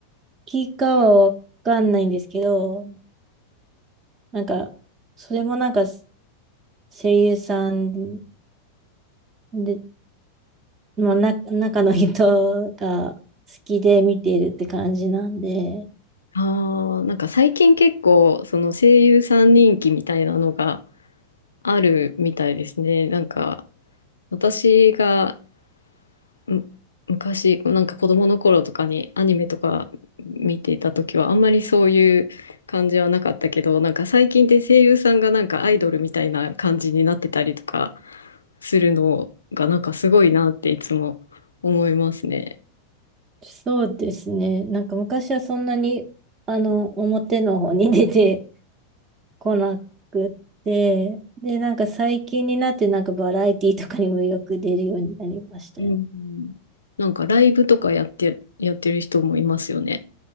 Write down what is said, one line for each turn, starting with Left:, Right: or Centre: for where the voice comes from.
Right: 気かはわかんないんですけど、なんか、それもなんか、声優さんで、まあ、な、中の人が好きで見ているって感じなんで、
Left: ああ、なんか最近結構、その声優さん人気みたいなのがあるみたいですね。なんか、私がむ昔、こうなんか子供の頃とかにアニメとか見ていた時はあんまりそういう感じはなかったけど、なんか最近って声優さんがなんかアイドルみたいな感じになってたりとかするのがなんかすごいなっていつも思いますね。
Right: そうですね。なんか昔はそんなに、あの、表の方に出て <laughs> こなくって、で、なんか最近になってなんかバラエティとかにもよく出るようになりましたよね。
Left: うん。なんかライブとかやって、やってる人もいますよね。